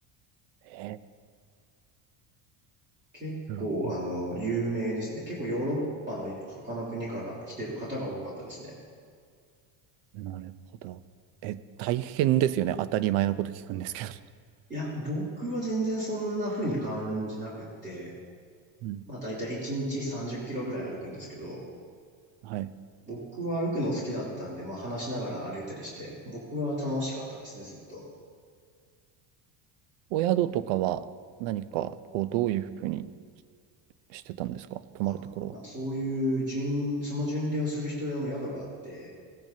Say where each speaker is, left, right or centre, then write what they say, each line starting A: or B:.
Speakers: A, on the right; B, on the right.
A: え
B: 結構あの、
A: ー、なるほど。
B: 有名ですね。結構ヨーロッパの他の国から来てる方が多かったですね。
A: <laughs> なるほどえ、大変ですよね。当たり前のこと聞くんですけど。
B: いや、僕は全然そんな風に感じなくって、
A: <laughs> うん。
B: まあ大体1日30キロぐらい歩くんですけど、
A: はい。
B: 僕は歩くの好きだったんで、まあ話しながら歩いたりして、僕は楽しかったですね、ずっと。
A: お宿とかは何かこう、どういうふうにしてたんですか泊まるところ
B: あ、なそういう巡、その巡礼をする人用の宿があって、